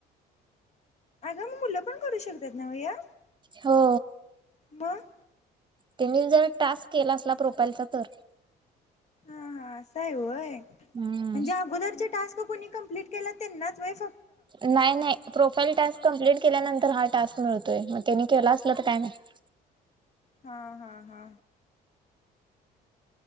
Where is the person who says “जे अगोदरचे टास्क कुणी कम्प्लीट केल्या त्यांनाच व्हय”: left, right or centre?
Left